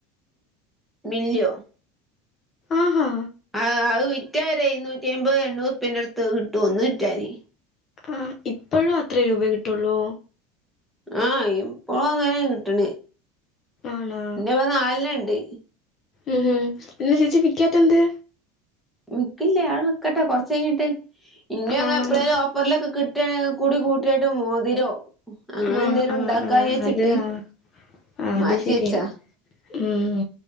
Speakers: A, in the centre; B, on the left (about 35°).
A: മില്ല്യോ.
B: ആഹാ
A: ആഹ് അത് വിറ്റാ ഒരു എഴുന്നുറ്റി അമ്പത് എണ്ണൂറുപ്പന്റെ അടുത്ത് കിട്ടും ഒന്ന് വിറ്റാല്.
B: ആഹാ ഇപ്പഴും അത്രേ രൂപേ കിട്ടൊള്ളൂ?
A: ആ ഇപ്പോളും അങ്ങനെയാ കിട്ടണ്
B: ആണാ
A: ഇന്റെ മോൻ നാലില്ണ്ട്
B: ഉം ഉം പിന്നെ ചേച്ചി വിക്കാത്തെന്ത്
A: വിക്കില്ലാ ആടെ നിക്കട്ടെ കൊറച്ചെ ഞ്ഞിട്ട് ഇന്നെയൊക്കെ
B: ആഹ്
A: എപ്പളേലും പ്പർലൊക്കെ കിട്ടേണെ കൂടി കൂട്ടിയിട്ട് മോതിരോ അങ്ങനെന്തേലും
B: ആഹ് ആഹ്
A: ഉണ്ടാക്കായേച്ചിട്ട്
B: ആഹ് അത് ആഹ് ആഹ്
A: മാറ്റിയെച്ചാ
B: അത് ശരിയാ ഉം